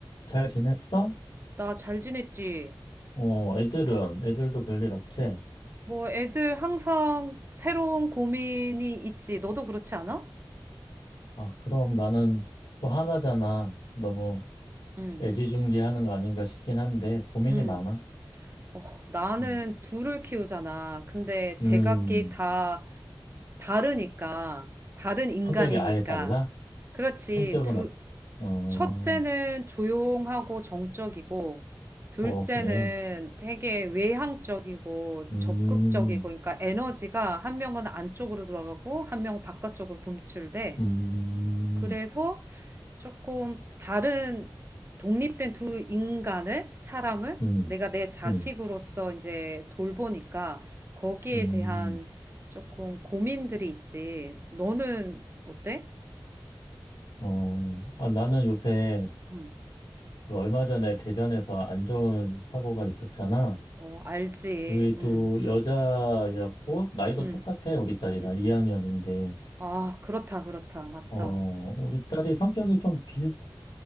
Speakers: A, on the left; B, on the right.
A: 잘 지냈어?
B: 나 잘 지냈지?
A: 어, 애들은, 애들도 별일 없지?
B: 뭐 애들 항상 새로운 고민이 있지. 너도 그렇지 않아?
A: 아, 그럼 나는 또 하나잖아. 너무
B: 응,
A: 애지중지하는 거 아닌가 싶긴 한데, 고민이
B: 응.
A: 많아.
B: 어, 나는
A: 음,
B: 둘을 키우잖아. 근데 제각기
A: 음,
B: 다 다르니까. 다른 인간이니까.
A: 성격이 아예 달라?
B: 그렇지.
A: 성격은
B: 두,
A: 어때? 어,
B: 첫째는 조용하고 정적이고, 둘째는
A: 어, 그래.
B: 되게 외향적이고
A: 음,
B: 적극적이고, 그러니까 에너지가 한 명은 안쪽으로 들어가고, 한 명은 바깥쪽으로 분출돼.
A: 음,
B: 그래서 조금 다른 독립된 두 인간을, 사람을
A: 음,
B: 내가 내 자식으로서
A: 음,
B: 이제 돌보니까 거기에
A: 음,
B: 대한 조금 고민들이 있지. 너는 어때?
A: 어, 아, 나는 요새
B: 음.
A: 그 얼마 전에 대전에서 안 좋은 사고가 있었잖아.
B: 어, 알지.
A: 그게
B: 음,
A: 또 여자였고, 나이도
B: 음,
A: 똑같아, 우리 딸이랑
B: 음.
A: 2학년인데,
B: 아, 그렇다, 그렇다. 맞다.
A: 어, 우리 딸이 성격이 좀 비슷하지